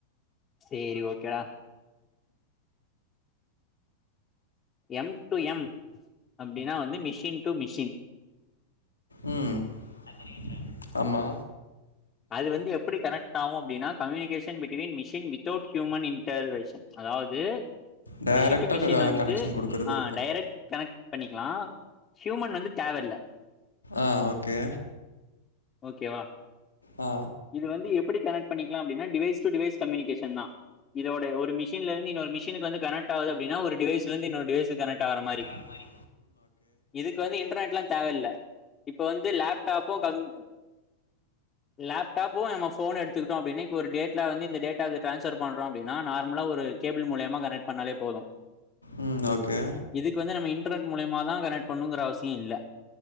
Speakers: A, on the left; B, on the left.
A: சேரி ஓகேடா எம் டு எம் அப்டின்னா வந்து மிஷின் டு மிஷின்
B: உம் அது தெரியும்ல ஆமா
A: அது வந்து எப்படி கனெக் ட் ஆவும் அப்டின்னா communication between machine without human intervention அதாவது
B: டைரக்டா
A: மிஷின் டு மிஷின்
B: க
A: வந்து
B: கனெக்ஷன் குடுக்குறது.
A: ஆ டைரெக்ட் கனெக்ட் பண்ணிக்கலா ஹியுமன் வந்து தேவ இல்ல
B: ஆ ஓகே
A: ஓகேவா
B: ஆ
A: இது வந்து எப்டி கனெக்ட் பண்ணிக்கலா அப்டின்னா டிவைஸ் டு டிவைஸ் கம்யூனிகேஷன்தா இதோட ஒரு மிஷின்ல இருந்து இன்னொரு மிஷனுக்கு வந்து கனெக்ட் ஆவுது அப்டினா ஒரு டிவைஸ்ல இருந்து இன்னொரு டிவைஸ்க்கு கனெக்ட் ஆகற மாறி
B: அந்த மாறி
A: இதுக்கு வந்து இன்டர்நெட்ல்லா தேவயில்ல இப்ப வந்து லேப்டாப்பு கம் லேப்டாப்போ நம்ம போன் எடுத்துகிட்டோ அப்டின்னா இப்போ ஒரு டேட்ல வந்து இந்த டேட்டாவ டிரான்ஸ்பஃர் பண்ணறோ அப்டினா நார்மலா ஒரு கேபிள் மூலியமா கனக்ட் பண்ணாலே போது
B: ம் ஓகே
A: இதுக்கு வந்து நம்ம இன்டர்நெட் மூலியமாதா கனெக்ட் பண்ணுங்கற அவசியோ இல்ல